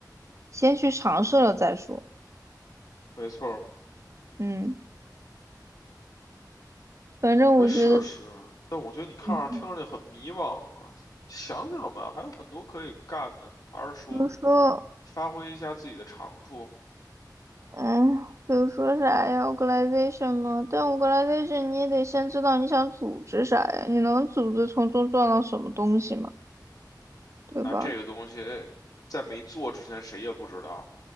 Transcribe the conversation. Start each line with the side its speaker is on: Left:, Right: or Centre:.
Right: 先去尝试了再说。
Left: 没错儿，
Right: 嗯，反正我觉得，
Left: 可以试试。但我觉得你看着听着就很迷茫啊，
Right: 嗯，
Left: 想想吧，还有很多可以干的，还是说
Right: 比如说，
Left: 发挥一下自己的长处。
Right: 嗯，比如说啥呀，organization 嘛，但 organization 你也得先知道你想组织啥呀，你能组织从中赚到什么东西嘛，对吧？
Left: 那这个东西在没做之前，谁也不知道。